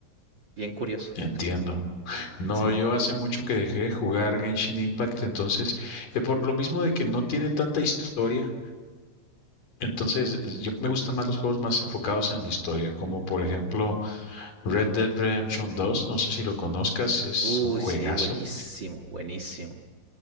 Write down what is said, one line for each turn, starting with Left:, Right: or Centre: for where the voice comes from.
Right: Bien curioso.
Left: Entiendo. No,
Right: Sí.
Left: yo hace mucho que dejé de jugar Genshin Impact, entonces, eh, por lo mismo de que no tiene tanta historia, entonces eh, yo me gustan más los juegos más enfocados en la historia, como por ejemplo Red Dead Redemption dos no sé si lo conozcas, es
Right: Uy,
Left: un juegazo,
Right: sí, buenísimo, buenísimo.